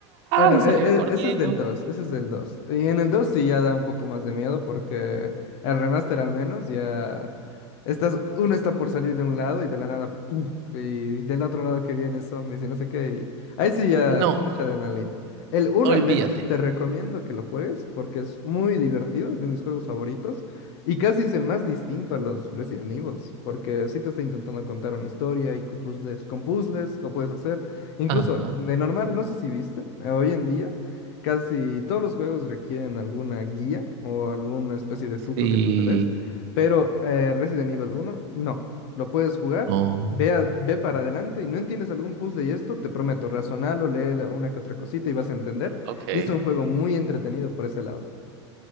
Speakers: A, on the left (about 60°); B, on the right (about 60°).
A: Bueno,
B: y salía
A: e- e-
B: corriendo.
A: ese es del 2 ese es del 2 Y en el 2 sí ya da un poco más de miedo porque el remaster al menos ya estás, uno está por salir de un lado y de la nada, ¡pum! y del otro lado que viene zombies y no sé qué. y ahí sí ya
B: No,
A: mucha adrenalina. El uno
B: olvídate.
A: al menos te recomiendo que lo juegues porque es muy divertido, es de mis juegos favoritos. Y casi es el más distinto a los Resident Evil, porque sí te está intentando contar una historia y con puzzles, con puzzles lo puedes hacer. Incluso,
B: Ajá.
A: de normal, no sé si viste, eh, hoy en día casi todos los juegos requieren alguna guía o alguna especie de tuto
B: Sí.
A: que tú te des, pero eh, Resident Evil uno, no, lo puedes jugar,
B: No.
A: ve, a- ve para adelante y no entiendes algún puzzle y esto, te prometo, razonalo, lee la- una que otra cosita y vas a entender,
B: Ok.
A: y es un juego muy entretenido por ese lado.